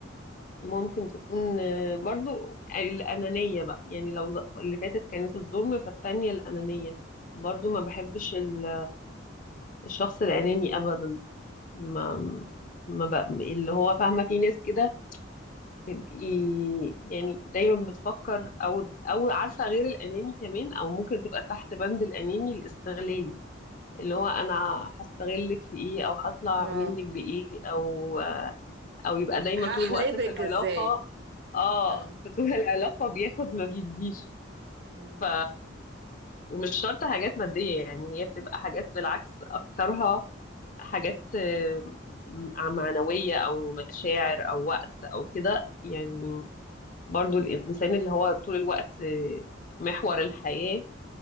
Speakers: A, on the left; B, on the right.
A: ممكن تكون آه، برضو الأنانية بقى يعني لو ز- اللي فاتت كانت الظلم فالتانية الأنانية برضو ما بحبش ال- الشخص الأناني أبدا ما ما بق... اللي هو فاهمة في ناس كده تبقي يعني دايما بتفكر او او عارفه غير الاناني كمان او ممكن تبقى تحت بند الاناني الاستغلالي اللي هو انا هستغلك في ايه او هطلع
B: اه
A: منك بايه او او يبقى دايما
B: هحلبك
A: طول الوقت في العلاقه
B: ازاي
A: اه
B: اه
A: في طول العلاقه بياخد ما بيديش
B: مم.
A: ف ومش شرط حاجات ماديه يعني هي بتبقى حاجات بالعكس اكترها حاجات آه، م- معنويه او مشاعر او وقت او كده يعني برضو الإنسان اللي هو طول الوقت آه، محور الحياة